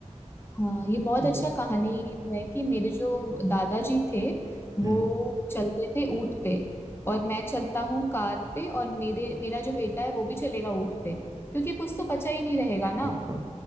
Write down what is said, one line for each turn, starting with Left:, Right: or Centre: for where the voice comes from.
Left: हाँ ये बहुत अच्छा
Right: तो
Left: कहानी है कि मेरे जो दादाजी थे
Right: हम्म
Left: वो चलते थे ऊँट पे और मैं चलता हूँ कार पे और मेरे मेरा जो बेटा है वो भी चलेगा ऊँट पे क्योंकि कुछ तो बचा ही नहीं रहेगा ना
Right: बिल्कुल